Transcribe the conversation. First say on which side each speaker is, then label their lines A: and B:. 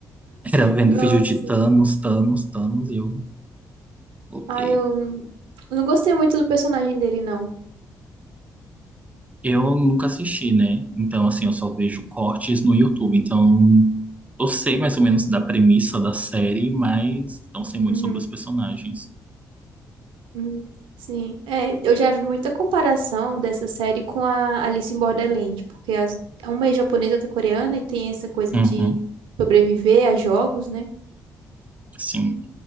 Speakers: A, on the right (about 15°); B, on the right (about 75°).
A: Era vendo
B: Nossa.
A: vídeo de Thanos, Thanos, Thanos, e eu, ok.
B: Ai, eu eu não gostei muito do personagem dele, não.
A: Eu nunca assisti, né? Então, assim, eu só vejo cortes no YouTube. Então, eu sei mais ou menos da premissa da série, mas não sei muito
B: Uhum.
A: sobre os personagens.
B: Hum, Sim, é, eu já vi muita comparação dessa série com a Alice em Borderland, porque as, uma é japonesa, outra é coreana, e tem essa coisa
A: Uhum.
B: de sobreviver a jogos, né?
A: Sim.